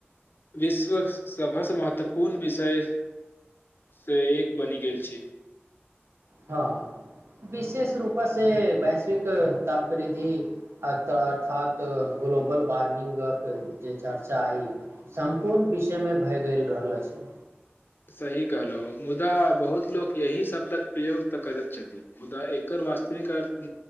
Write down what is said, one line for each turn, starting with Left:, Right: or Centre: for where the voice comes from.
Left: विश्व सभसँ महत्वपूर्ण विषय सँ एक बनि गेल छी
Right: हँ विशेष रूप से वैश्विक ताप वृद्धि आत अर्थात ग्लोबल वार्मिंगक जे चर्चा ई सम्पूर्ण विषयमे भए गेल रहल अछि
Left: <inaudible> सही कहलहुँ मुदा बहुत लोक यही शब्दक प्रयोग तऽ करैत छथि मुदा एकर वास्तविक अर्थ